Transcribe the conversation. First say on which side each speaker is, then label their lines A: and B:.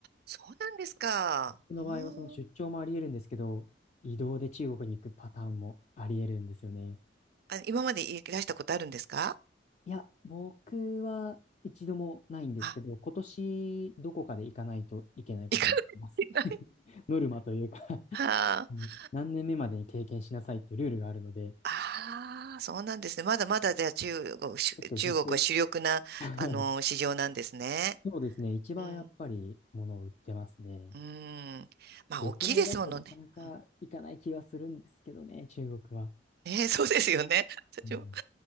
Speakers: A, on the right; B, on the left.
A: そうなんですか。
B: 僕の場合はその出張もあり得るんですけど、
A: うーん。
B: 移動で中国に行くパターンもあり得るんですよね。
A: あ、今までいらしたことあるんですか
B: いや、僕は一度もないんですけど、
A: あ、
B: 今年どこかで行かないといけないことになります。
A: 行かないといけない。
B: <laughs> ノルマというか
A: <laughs> はあ。
B: うん <laughs> 何年目までに経験しなさいっていうルールがあるので、
A: ああ、そうなんですね。まだまだじゃあ中国、し中国は主力な、
B: ちょっとずっとい <laughs>
A: あの市場なんですね。
B: そうですね、一番やっぱり物を売ってますね。
A: うん。うん。まあ、
B: 旅行だとなかなか行かない気はするんですけどね、
A: 大きいですものね。うん
B: 中国は。
A: ねえ、そうですよね。<laughs> 私も、
B: うん